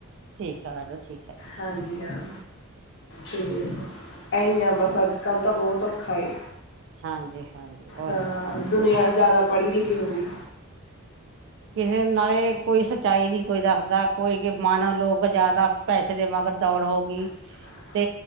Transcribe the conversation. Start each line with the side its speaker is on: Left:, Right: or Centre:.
Right: ਠੀਕ ਆ, ਮੈਡਮ ਠੀਕ ਹੈ।
Left: ਹਾਂਜੀ ਹਾਂ। ਠੀਕ ਆ, ਇਹੀ ਹਾਂ ਬਸ ਅੱਜ ਕੱਲ ਤਾਂ, ਬਹੁਤ ਔਖਾ ਏ।
Right: ਹਾਂਜੀ, ਹਾਂਜੀ। ਬਹੁਤ
Left: ਹਾਂ,
Right: ਜ਼ਿਆਦਾ
Left: ਦੁਨੀਆਂ ਜ਼ਿਆਦਾ ਪੜੀ- ਲਿਖੀ ਹੋ ਗਈ।
Right: ਕਿਸੇ ਨਾਲੇ, ਕੋਈ ਸੱਚਾਈ ਨੀ, ਕੋਈ ਦੱਸਦਾ। ਕੋਈ ਕਿ, ਮਾਨਾ ਲੋਕ ਜਿਆਦਾ, ਪੈਸੇ ਦੇ ਮਗਰ ਦੌੜ ਹੋ ਗਈ।
Left: <inaudible>
Right: ਤੇ